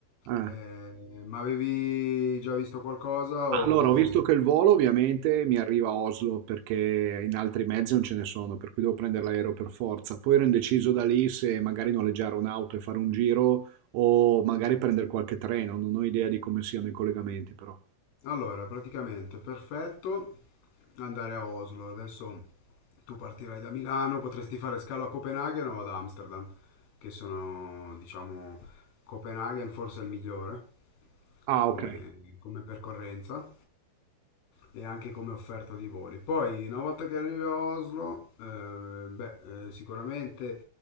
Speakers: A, on the right; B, on the left.
A: Eh.
B: Eh, ma avevi già visto qualcosa
A: Allora,
B: o...
A: ho visto che il volo ovviamente mi arriva a Oslo perché in altri mezzi non ce ne sono, per cui devo prendere l'aereo per forza. Poi ero indeciso da lì se magari noleggiare un'auto e fare un giro o magari prendere qualche treno, non ho idea di come siano i collegamenti però.
B: Allora, praticamente perfetto andare a Oslo. Adesso tu partirai da Milano, potresti fare scalo a Copenaghen o ad Amsterdam, che sono, diciamo, Copenaghen forse è il migliore
A: Ah,
B: come,
A: ok.
B: come percorrenza. e anche come offerta di voli. Poi, una volta che arrivi a Oslo, eh, beh, eh, sicuramente